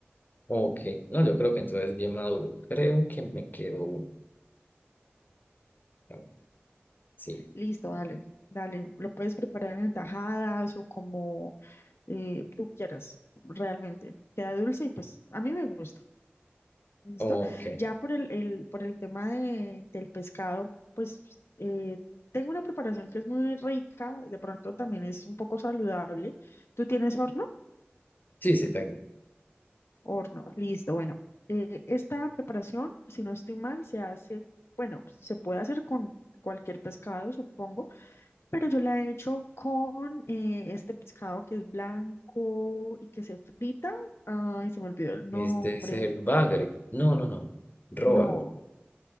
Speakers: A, on the left; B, on the left.
A: Ok, no, yo creo que entonces bien maduro. Creo que me quedó uno. Ah, Sí,
B: Listo, dale, dale. Lo puedes preparar en tajadas o como eh, tú quieras, realmente. Queda dulce y pues a mí me gusta. ¿Listo?
A: ok.
B: Ya por el, el- por el tema de- del pescado, pues eh, tengo una preparación que es muy rica, de pronto también es un poco saludable. ¿Tú tienes horno?
A: Sí, sí tengo.
B: Horno, listo. Bueno, eh, esta preparación, si no estoy mal, se hace, bueno, se puede hacer con cualquier pescado, supongo, pero yo la he hecho con eh, este pescado que es blanco y que se frita. Ay, se me olvidó el nombre.
A: Este es el bagre. No, no, no. Róbalo.
B: No.